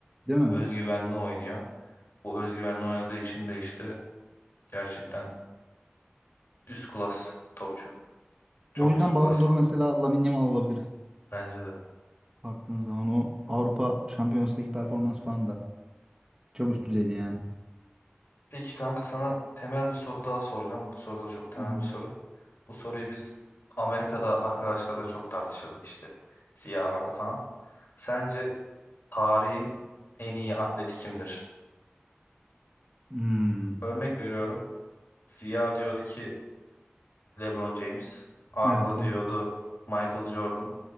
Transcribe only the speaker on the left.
özgüvenli oynuyor. Bu özgüvenle oynadığı için de işte gerçekten üst klas topçu. Çok
üst klas
bence de.
Peki kanka sana temel bir soru daha soracağım. Bu soru da çok temel
bir soru. Bu soruyu biz Amerika'da arkadaşlarla çok tartışırdık işte. Siyah Arda falan. Sence tarihin en iyi atleti kimdir?
Örnek veriyorum. Ziya diyordu ki LeBron James. Arda
diyordu
Michael Jordan.